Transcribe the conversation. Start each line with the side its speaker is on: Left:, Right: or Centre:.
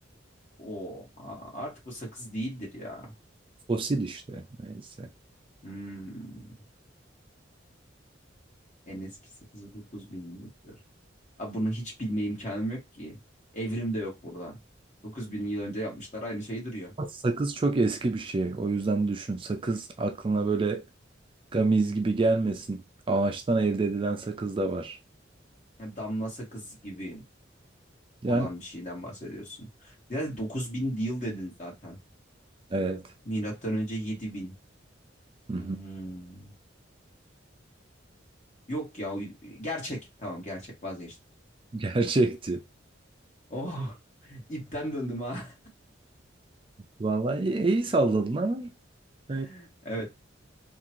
Left: Oha artık o sakız değildir ya.
Right: Fosil işte neyse.
Left: Hmm. En eski sakızı 9000 yıllıktır. Abi bunu hiç bilme imkanım yok ki. Evrim de yok burada. dokuz bin yıl önce yapmışlar aynı şey duruyor.
Right: Sakız çok eski bir şey. O yüzden düşün. Sakız aklına böyle gamiz gibi gelmesin. Ağaçtan elde edilen sakız da var.
Left: Yani damla sakız gibi
Right: Yani
Left: olan bir şeyden bahsediyorsun. Ya 9000 yıl dedin zaten.
Right: evet.
Left: Milattan önce 7000.
Right: Hı
Left: Hmm.
Right: hı.
Left: Yok ya uy- gerçek. Tamam gerçek vazgeçtim.
Right: Gerçekti.
Left: Oh <laughs> ipten döndüm ha.
Right: Vallahi iyi, iyi salladın ama evet.
Left: <laughs> Evet.